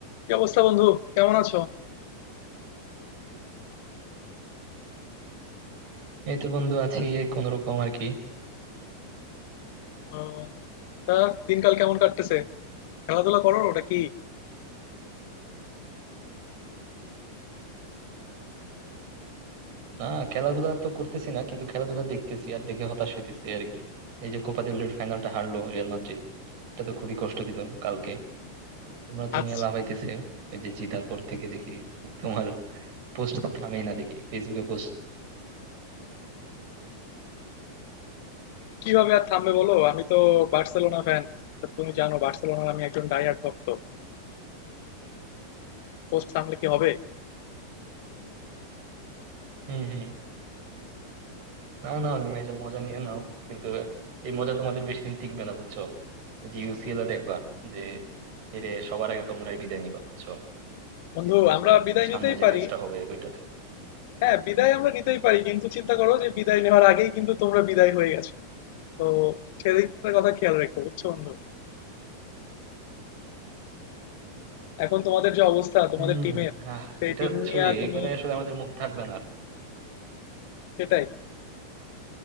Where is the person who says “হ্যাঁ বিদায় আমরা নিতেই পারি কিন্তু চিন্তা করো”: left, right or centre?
Left